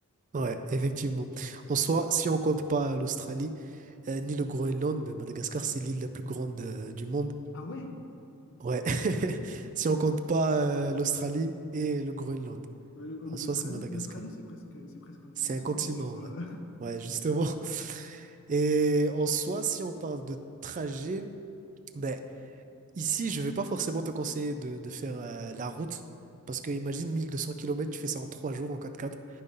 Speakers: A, on the right; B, on the left.
A: ouais, effectivement. En soi, si on compte pas l'Australie, euh, ni le Groenland, ben Madagascar, c'est l'île la plus grande euh, du monde.
B: Ah ouais,
A: Ouais, <laughs> si on compte pas euh, l'Australie et le Groenland.
B: Euh, le- ouais,
A: En
B: mais
A: soi,
B: l'Australie
A: c'est Madagascar.
B: l'Australie c'est presque c'est presque un
A: C'est
B: continent
A: un continent,
B: tu vois.
A: ouais. Ouais, justement. <laughs> Et en soi, si on parle de trajet, ben, ici, je vais pas forcément te conseiller de, de faire euh, la route. Parce que imagine 1200 kilomètres, tu fais ça en 3 jours en quatre quatre